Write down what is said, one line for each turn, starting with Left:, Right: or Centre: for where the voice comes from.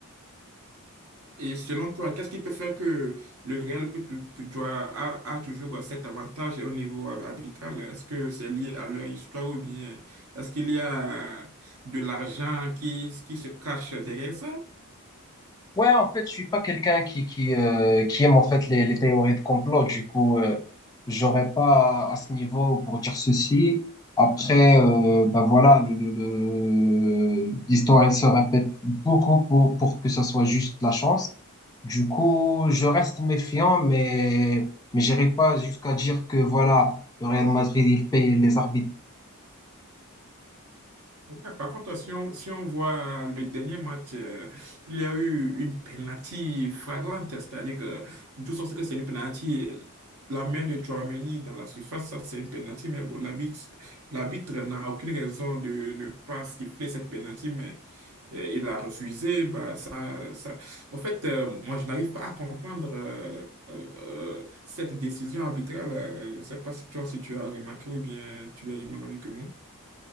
Right: Et selon toi, qu'est-ce qui peut faire que le Real peut, peut- doit, a, a toujours cet avantage au niveau hab- arbitral? Est-ce que c'est lié à leur histoire ou bien est-ce qu'il y a de l'argent qui, qui se cache derrière ça?
Left: Ouais, en fait, je suis pas quelqu'un qui qui euh, qui aime en fait les, les théories de complot. Du coup, euh, j'aurais pas à à ce niveau pour dire ceci. Après, euh, ben voilà, le, le, le- l'histoire elle se répète beaucoup pour pour que ça soit juste la chance. Du coup, je reste méfiant, mais mais j'irai pas jusqu'à dire que voilà, le Real Madrid il paye les arbitres
Right: Ouais, Par contre, si on, si on voit hein, le dernier match, euh, il y a eu une penalty flagrante, c'est-à-dire que tout sens que c'est une penalty. La main de Tchouaméni dans la surface, ça c'est une penalty, mais bon, l'arbitre, l'arbitre n'a aucune raison de ne pas siffler cette penalty, mais euh, il a refusé. Bah, ça, ça... En fait, euh, moi je n'arrive pas à comprendre euh, euh, cette décision arbitrale. Euh, Je ne sais pas si toi, si tu as remarqué ou bien tu as du même avis que moi.